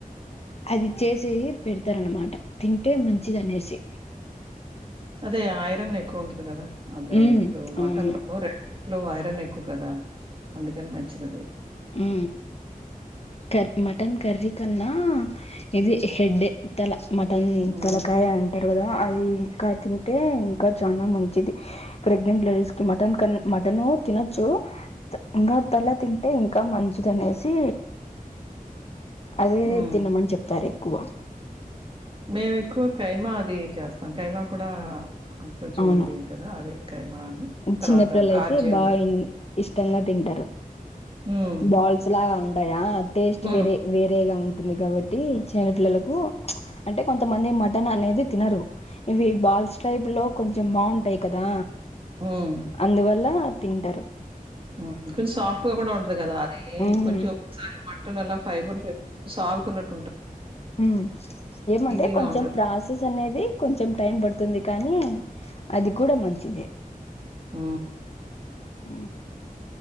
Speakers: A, on the left; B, on the right.
A: అది చేసి పెడతారనమాట తింటే మంచిదనేసి
B: అదే ఐరన్ ఎక్కువ ఉంటుంది కదా అదే
A: ఉమ్
B: ఇప్పుడు
A: అవును
B: మటను రేట్లూ ఐరన్ ఎక్కువ కదా అందుకని మంచిదది
A: ఉ కర్ మటన్ కర్రీ కన్నా ఇది హెడ్డే తల మటన్
B: హ్మ్.
A: తలకాయ అం టారు గద అది ఇంకా తింటే ఇంకా చాలా మంచిది ప్రెగ్నెంట్ లేడీస్ కి మటన్ కన్ మటను తినొచ్చు ఇంగా తల తిం టే ఇంకా మంచిది అనేసి అదే
B: హ్మ్.
A: తినమని చెప్తారు క్కువ
B: మేము ఎక్కువ కైమా అది చేస్తాం ఖైమా కూడా కొంచెం
A: అవును
B: హెల్దీ యే కదా అది ఖైమా అని తర్వాత
A: చిన్నపిల్లలు
B: కార్జెయము
A: అయితే బాగా ఇష్టంగా తింటారు
B: హ్మ్.
A: బాల్స్ లాగా వుంటాయా టేస్ట్
B: హ్మ్.
A: వేరే వేరేగా ఉం ఉంటుంది కాబట్టి చిన్నపిల్లలకు అంటే కొంతమంది మటన్ అనేది తినరు ఇవి బాల్స్ టైప్ లో కొంచెం బాంటాయి కదా
B: హ్మ్.
A: అందువల్ల తింటరు
B: ఉ కొంచెం సాఫ్ట్ గా కూడా ఉంటది కదా అది
A: ఉమ్
B: కొంచెం ఒకసారి మటన్ అలా ఫైబర్ ఫై సాగుతు నట్ట్
A: ఉ ఏమంటే
B: ఈజీగా
A: కొంచెం
B: ఉంటది.
A: ప్రాసెస్ అనేది కొంచెం టైం బడ్ తుంది కానీ అది కూడా మంచిదే
B: ఊ
A: ఊ